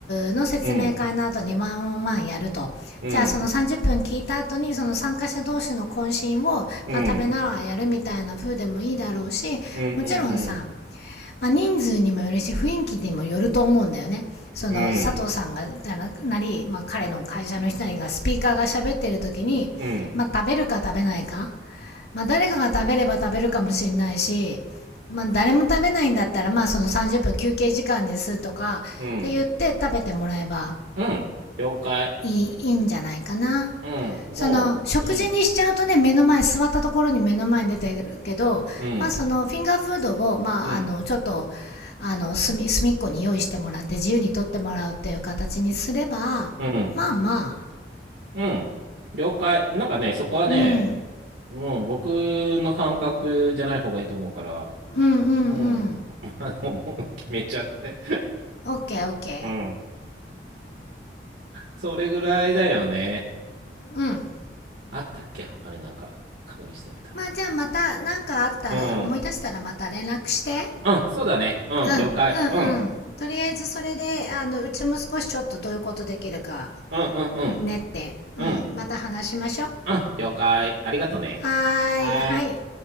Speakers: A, on the left; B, on the right.
A: プの説明会の後にワンオンワンやると。
B: うん、うん、
A: じゃあ、その30分聞いた後に、その参加者同士の懇親を、
B: うん、
A: まあ、食べながらやるみたいな風でもいいだろうし、
B: うん、うん、う
A: もちろんさ、
B: ん、
A: まあ、人数にもよるし、雰囲気にもよると思うんだよね。その、
B: うん、
A: 佐藤さんが、
B: うん、
A: ななり、まあ、彼の会社の人にが、スピーカーが喋ってる時に、
B: うん、
A: まあ、食べるか食べないか。まあ、誰かが食べれば食べるかもしれないし、まあ、誰も食べないんだったら、まあ、その30分休憩時間ですとか、
B: うん、
A: って言って食べてもらえば、
B: うん、了解。
A: いい、いいんじゃないかな。
B: うん、もういいよ。
A: その、食事にしちゃうとね、目の前、座ったところに目の前に出てるけど、
B: うん、
A: まあその、フィンガーフードを、まああの、
B: うん、
A: ちょっと、あの、隅、隅っこに用意してもらって、自由に取ってもらうっていう形にすれば、
B: うん、
A: まあまあ、
B: うん。了解。なんかね、そこはね、
A: うん、
B: もう僕の感覚じゃない方がいいと思うから、
A: うんうんうん。
B: うん、あの、もう決めちゃって。
A: オッケーオッケ
B: うん。それぐらいだよね。
A: ー。うん。
B: あったっけ他になんか確認しておいた方
A: まあじゃあまた、なんかあったら、
B: が。
A: 思い出したらまた連絡して。
B: うん。うん、そうだね。うん、
A: うん、
B: 了解。
A: うんうん。
B: うん。
A: とりあえずそれで、あの、うちも少しちょっとどういうことできるか
B: うん、うん、うん。
A: ねって。うん。
B: うん、
A: また話しましょう。
B: うん、了解。ありがとね。
A: はーい。
B: はーい。
A: はい。